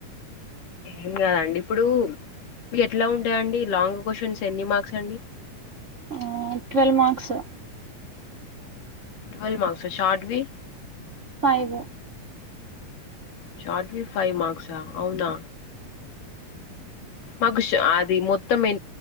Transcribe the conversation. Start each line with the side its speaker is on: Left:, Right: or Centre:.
Left: ఏం కాదండి ఇప్పుడు మీ ఎట్లా ఉంటాయండి లాంగ్ క్వశ్చన్స్ ఎన్ని మార్క్స్ అండి
Right: అ ట్వెల్వ్ మార్క్స్
Left: ట్వల్ మార్క్స్ అ షార్ట్వి
Right: ఫైవ్
Left: షార్ట్వి ఫైవ్ మార్క్స్అ అవునా మాకు అది మొత్తం ఎ